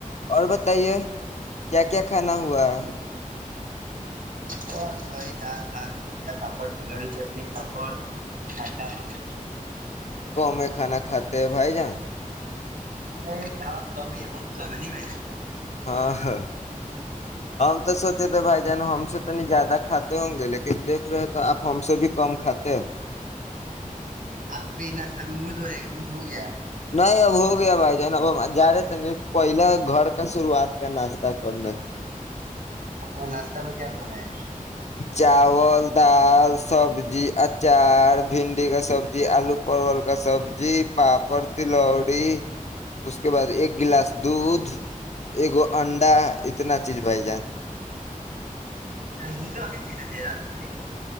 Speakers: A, on the left (about 55°); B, on the right (about 85°).
A: اور بتائیے کیا کیا کھانا ہوا ہے
B: بس وہی دال بھات دنیا پاپڑ تلڑی چٹنی پاپڑ ٹھڈا ہوت
A: کم کھانا کھاتے ہیں بھائی جان
B: نہیں ہاں کمی ہی ہے بہت کم ہے نہیں بھ
A: ہاں ہاں ہم تو سوچے تھے بھائی جان ہم سے تو نہیں زیادہ کھاتے ہوں گے لیکن دیکھ رہے تو آپ ہم سے بھی کم کھاتے ہیں
B: اب ابب مہ د ہو رہے گ مہھ ہو گیا
A: نہیں اب ہو گیا بھائی جان اب ہم جا رہے تھ نہیں پہلا گھر کا شروعات کا ناشتہ کرنے
B: تو ناشتہ میں کیا بنا ہے
A: چاول دال سبزی اچار بھنڈی کا سبزی آلو پروول کا سبزی پاپڑ تلوڑی اس کے بعد ایک گلاس دھ ایکو انڈا اتنا چیز بھائی جان
B: د تو ابھی چیتے تھے راج میں